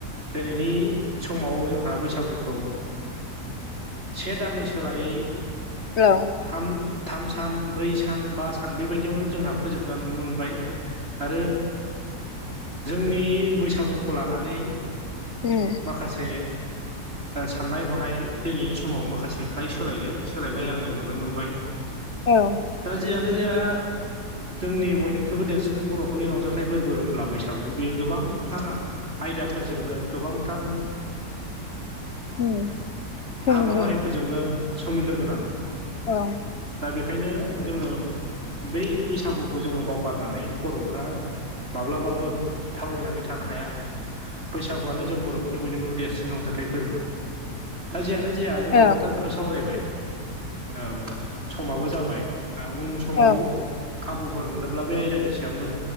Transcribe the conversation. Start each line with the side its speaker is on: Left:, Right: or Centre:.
Right: दिनैनि समाव जोंहा बैसागुखौ से दाननि सोलायै
Left: औ
Right: थाम थाम सान ब्रै सान बा सान बेबायदियावनो जोंहा फोजोबग्रा नुनो मोनबाय आरो जोंनि बैसागुखौ लानानै
Left: उम
Right: माखासे साननाय हनाय दिनैनि समाव माखासे फ्राय सोलायनो सोलायनाय आङो नुनो मोनबाय
Left: औ औ
Right: दा जियानो जाया जोंनि बयनिख्रुइबो देरसिन बर'फोरनि रंजाथाइ फोरबो होनब्ला बैसागु बियो गोबांथार आयदाफोरजोंनो गोबांथार
Left: उम सोमोन्दो
Right: हाबाफारिफोरजोंनो
Left: दं।
Right: सोमोन्दो गोनां
Left: अ
Right: दा बेखायनो जोङो बै बैसागुखौ जोङो बावगारनानै बर'फोरा माब्लाबाबो थावरिनानै थानो हाया। बैसागुआनो जों बर'फोरनि बयनिख्रुइबो देरसिन रंजाथाइ फोरबो। दा जेयानो जाया जों
Left: औ
Right: गोबांथार खोथा सावरायबाय औ समाबो जाबाय। ओ उन समाव
Left: औ
Right: खाबुफोर मोनोब्ला बे आयदानि सायावनो